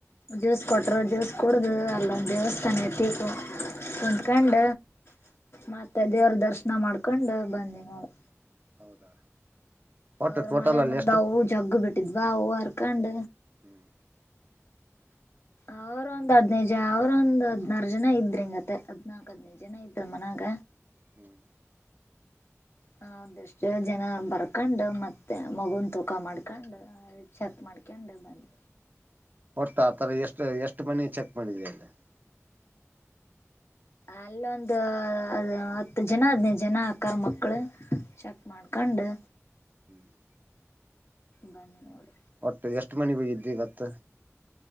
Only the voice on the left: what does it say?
ಜ್ಯೂಸ್ ಕೊಟರು ಜ್ಯೂಸ್ ಕುಡ್ದ ಅಲ್ಲೊಂದ ದೇವಸ್ಥಾನ ಎತ್ತಕ್ಕು ಕುತ್ಕಂಡ ಮತ್ತೆ ದೇವ್ರ ದರ್ಶನ ಮಾಡ್ಕೊಂಡ್ ಬಂದಿನ ನೋಡು
ಅವ್ರ
ಮನೆ
ಮುಂದ್
ಉವು ಜಗ್ಗ ಬಿಟ್ಟಿದ್ವ ಊವ ಹರ್ ಅಕ್ಕಂಡ
ಅವರ ಒಂದ್ ಹದ್ನೈ ಜ ಅವ್ರೊಂದ್ ಹದ್ನಾರು ಜನ ಇದ್ರಿ ಹಂಗತ್ತ ಹದ್ನಾಕ ಹದ್ನೈದು ಜನ ಇದ್ರ ಮನಾಗ
ಹಾ ಅದೆಷ್ಟೆ ಜನ ಬರ್ಕಂಡು ಮತ್ತೆ ಮಗುನ್ ತೂಕ ಮಾಡ್ಕಂಡು ಚೆಕ್ ಮಾಡ್ಕ್ಯಂಡು ಬಂದ್
ಅಲ್ಲೊಂದ್ ಅ ಹತ್ ಜನ ಹದ್ನೈದ್ ಜನ ಆಕ್ಕಾರ್ ಮಕ್ಳ್ ಚೆಕ್ ಮಾಡ್ಕಂಡು
ಬನ್ನಿ ನೋಡಿ